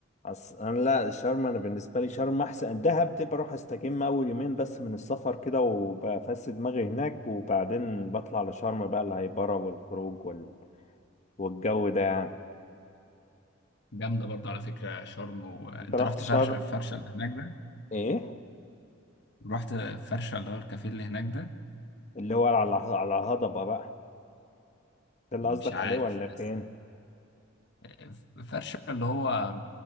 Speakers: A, on the left; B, on the left.
A: حصل أنا لا شرم أنا بالنسبة لي شرم أحسن الدهب دي بروح أستجم أول يومين بس من السفر كده وبفس دماغي هناك وبعدين بطلع لشرم بقى الهيبرة والخروج وال... والجو ده يعني
B: جامده برضو على فكره شرم وانت
A: أنت رحت
B: رحت
A: شرم
B: فرش فرشه اللي هناك ده
A: إيه؟
B: رحت فرشه اللي هو الكافيه اللي هناك ده
A: اللي هو على على الهضبة بقى ده اللي
B: مش
A: قصدك
B: عارف
A: عليه ولا فين؟
B: بس آه، فرشه اللي هو